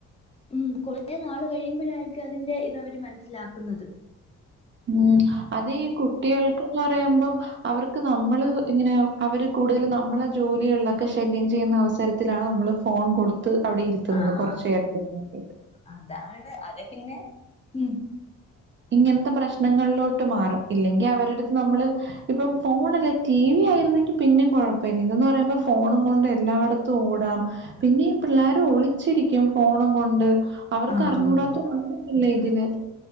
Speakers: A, on the left; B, on the right.
A: ഉം കൊറേ നാള് കഴിയുമ്പോഴാരിക്കും അതിന്റെ ഇതവര് മനസ്സിലാക്കുന്നത്.
B: ഉം അത് ഈ കുട്ടികൾക്ക്ന്ന് പറയുമ്പം അവർക്ക് നമ്മള് ഇങ്ങനെ അവര് കൂടുതൽ നമ്മളെ ജോലികളിലൊക്കെ ശല്യം ചെയ്യുന്ന അവസരത്തിലാണ് നമ്മള് ഫോൺ കൊടുത്ത് അവടെ ഇരുത്തുന്നത്
A: ആഹ്
B: കൊറച്ച് എരത്തെങ്കിലും
A: അതാണ് അതെപ്പിന്നെ ഉം
B: ഇങ്ങനത്തെ പ്രശ്നങ്ങളിലോട്ട് മാറും ഇല്ലെങ്കിൽ അവരടുത്ത് നമ്മള് ഇപ്പം ഫോണല്ല ടി വി ആയിരുന്നെങ്കി പിന്നേം കൊഴപ്പില്ല ഇതന്ന് പറയുമ്പോ ഫോണും കൊണ്ട് എല്ലാട ത്തും ഓടാം പിന്നെ പിള്ളേരും ഒളിച്ചിരിക്കും ഫോണും കൊണ്ട് അവർക്കറിഞ്ഞൂടാത്ത
A: ആഹ്
B: ഒന്നും ഇല്ല ഇതില്